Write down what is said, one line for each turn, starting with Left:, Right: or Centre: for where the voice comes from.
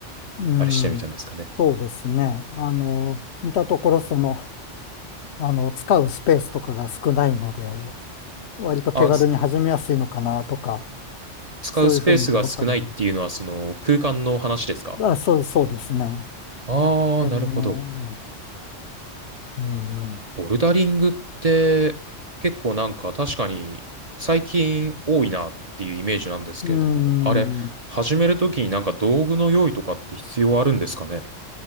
Left: うん。
Right: あれしてみたんですかね。
Left: そうですね。あの、見たところ、その、あの、使うスペースとかが少ないので、割と手軽に始めやすいのかなとか、
Right: あ、す使うスペースが少ないっていうのは、
Left: そういうふうに思ったり
Right: その空間の話ですか
Left: まあ、そう、そうですね。
Right: ああー、
Left: えー、
Right: なるほど。
Left: うん、うん。
Right: ボルダリングって結構なんか確かに最近多いなっていうイメージなんですけれども、
Left: うん
Right: あれ、始めるときになんか道具の用意とかって必要あるんですかね